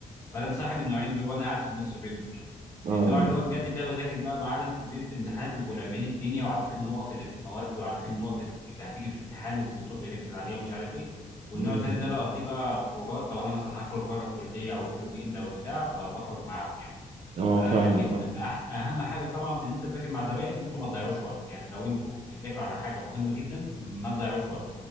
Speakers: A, on the left; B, on the right.
A: فانا مصاحب النوعين دول وانا قاعد في النص بينهم يعني
B: اه
A: النوع اللي هو الجد ده بذاكر بقى معالم ليله الامتحانات بيبقوا لامين الدنيا وعارفين النقط اللي في المواد وعارفين النقط اللي هتيجي في الامتحان والدكتور بيركز عليها ومش عارف ايه والنوع
B: امم
A: التاني ده بقضيه بقى خروجات لو انا مثلا هخرج بره الكليه او في الويك اند او بتاع ب- بخرج معاهم يعني
B: اه
A: آه
B: فاهمك
A: لكن
B: فاهم
A: أح اهم حاجه طبعا في ان انت تذاكر مع زمايلك ان انتوا ما تضيعوش وقت يعني لو انتوا بتذاكروا على حاجه مهمه جدا ما تضيعوش وقت